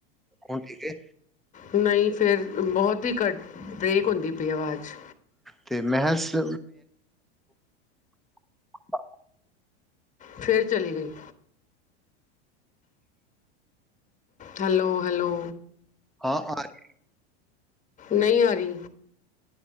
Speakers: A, in the centre; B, on the left (about 20°).
A: ਹੁਣ ਠੀਕ ਏ?
B: ਨਈ ਫਿਰ ਬੋਹਤ ਹੀ ਘੱਟ ਬ੍ਰੇਕ ਹੁੰਦੀ ਪਈ ਆਵਾਜ਼ 'ਚ,
A: ਤੇ ਮੈਂਹਾ ਸ <unintelligible>
B: ਫੇਰ ਚਲੀ ਗਈ। ਹੈਲੋ-ਹੈਲੋ,
A: ਹਾਂ ਆਰੀ,
B: ਨਈ ਆਰੀ